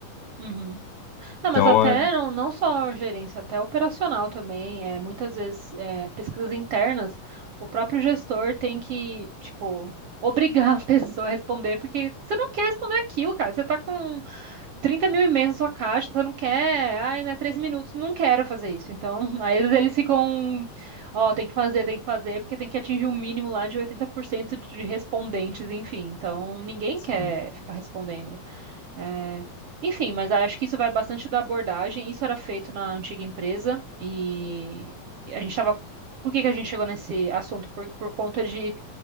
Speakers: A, on the right; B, on the left.
A: Uhum. Não, mas
B: Então,
A: até
B: é,
A: não, não só gerência, até operacional também. É, muitas vezes, é, pesquisas internas, o próprio gestor tem que, tipo, obrigar a <laughs> pessoa a responder, porque você não quer responder aquilo, cara. Você tá com 30 mil e-mails na sua caixa, você não quer, ai, né, três minutos, não quero fazer isso. Então, <laughs> aí às vezes eles ficam, ó, tem que fazer, tem que fazer, porque tem que atingir um mínimo lá de 80% de respondentes, enfim. Então, ninguém
B: se
A: quer ficar respondendo. É, Enfim, mas acho que isso vai bastante da abordagem. Isso era feito na antiga empresa e a gente estava. Por que que a gente chegou nesse assunto? Por, por conta de